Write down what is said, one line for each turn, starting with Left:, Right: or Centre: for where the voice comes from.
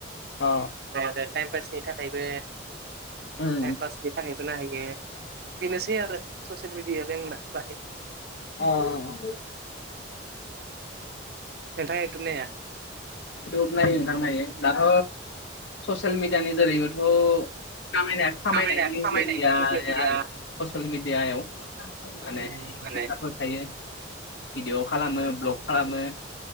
Left: अ।
Right: ओमफ्राय आरो टाइम पासनि थाखायबो
Left: उम
Right: <unintelligible> बासनि थाखायबो नाहैयो बेनोसै आरो ससियेल मिडियायालाय आंना बाहाय
Left: अ ओ ओ।
Right: नोंथाङा इउटुब नाया?
Left: टुब नायो नोंथां नायो दाथ' ससियेल मिडियानि जोरैबोथ' खामायनाया खामायनायनि
Right: खामायनाय खामायनाय
Left: <unintelligible>
Right: गैया
Left: आरो ससियेल मिडियायाव। माने इनफ्लुयेन्सारफोर
Right: ओम माने
Left: थायो भिडिअ' खालामो ब्लग खालामो